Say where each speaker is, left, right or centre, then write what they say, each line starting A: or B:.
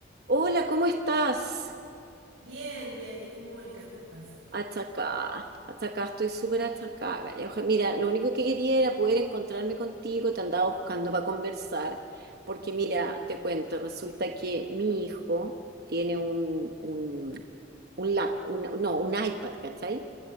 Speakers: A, on the right; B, on the right.
A: Hola, ¿cómo estás?
B: Bien, bien. ¿Y tú, Mónica, cómo estás?
A: Achacá, achacá, estoy súper achacá, galla. Oja- Mira, lo único que quería era poder encontrarme contigo, te andaba buscando para conversar, porque
B: Ya,
A: mira, te cuento, resulta que mi hijo tiene un, un, un lap, un- no, un iPad, ¿cachai?